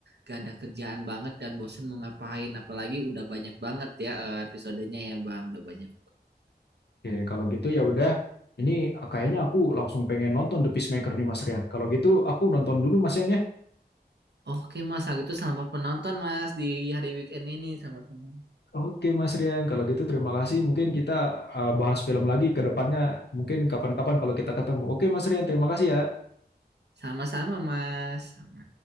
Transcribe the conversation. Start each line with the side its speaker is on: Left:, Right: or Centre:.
Right: gak ada kerjaan banget dan bosen mau ngapain apalagi udah banyak banget ya eh, episodenya ya bang udah banyak
Left: Oke, kalau gitu ya udah. Ini kayaknya aku langsung pengen nonton The Peacemaker nih Mas Rian. Kalau gitu aku nonton dulu Mas Rian ya.
Right: Oke Mas, kalau gitu selamat penonton Mas di hari weekend ini. Selamat penonton.
Left: Oke Mas Rian, kalau gitu terima kasih. Mungkin kita eh, bahas film lagi ke depannya. Mungkin kapan-kapan kalau kita ketemu. Oke Mas Rian, terima kasih ya.
Right: Sama-sama Mas. Sama.